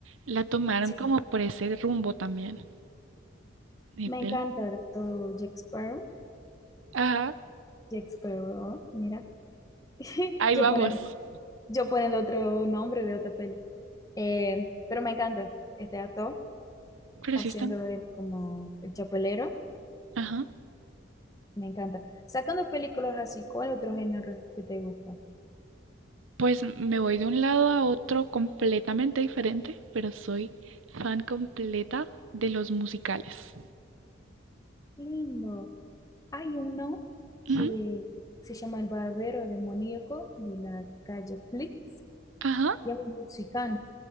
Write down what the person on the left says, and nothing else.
sí,
me
encanta todo Jack Sparrow.
Jack Sparrow, mira. <laughs>
Yo
poniendo yo poniendo otro nombre de otra peli. Eh, pero me encanta este actor
haciendo
él como el chapelero.
Me encanta. Sacando películas así, ¿cuál otro género que te gusta?
Lindo. Hay uno
que se llama El Barbero Demoníaco de la calle Flix,
y es un mexicano